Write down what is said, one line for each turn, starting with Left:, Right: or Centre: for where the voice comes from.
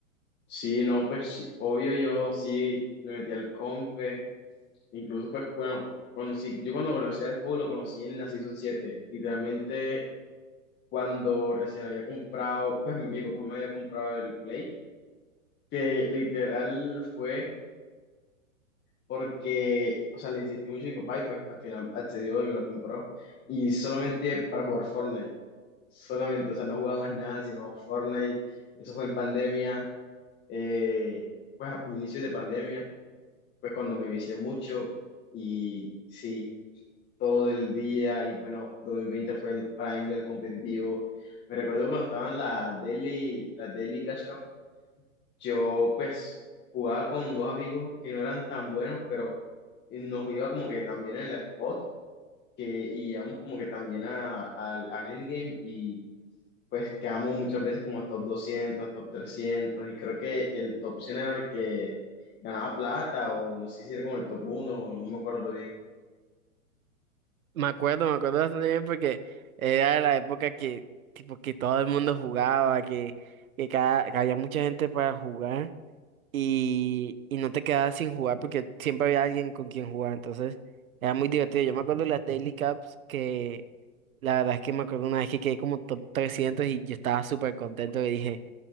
Left: Sí, no, pues sí, obvio yo sí le metí al compe, incluso pues bueno, cuando sí, yo cuando conocí a Despo lo conocí en la Season 7, literalmente cuando recién había comprado, pues mi papá me había comprado el Play, que literal fue porque, o sea, le insistí mucho a mi papá y pues al final accedió y me lo compró, y solamente para jugar Fortnite, solamente, o sea, no jugábamos nada sino Fortnite, eso fue en pandemia, eh, pues a inicios de pandemia. pues cuando me vicié mucho y sí, todo el día y bueno, 2020 fue el prime del competitivo. Me recuerdo cuando estaban las Daily, las Daily Cash Cup, yo pues jugaba con dos amigos que no eran tan buenos, pero nos iba como que también en el spot que, y íbamos como que también a- al al endgame y pues quedamos muchas veces como top 200, top 300 y creo que el top 100 era el que ganaba plata o no sé si era como el top uno no me acuerdo bien.
Right: Me acuerdo, me acuerdo bastante bien porque era la época que, tipo, que todo el mundo jugaba, que, que, cada, que había mucha gente para jugar y, y no te quedabas sin jugar porque siempre había alguien con quien jugar, entonces era muy divertido. Yo me acuerdo las Daily Cups que La verdad es que me acuerdo una vez que quedé como top 300 y yo estaba súper contento y dije,